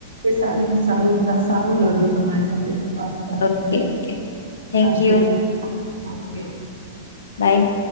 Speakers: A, on the right; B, on the left.
A: સાર સારું સારું લાગે તમારી સાથે. પાકોજ
B: ઓકે ઓકે થેન્ક
A: પાછુ
B: યુ
A: કાઈ <inaudible>
B: બાઈ.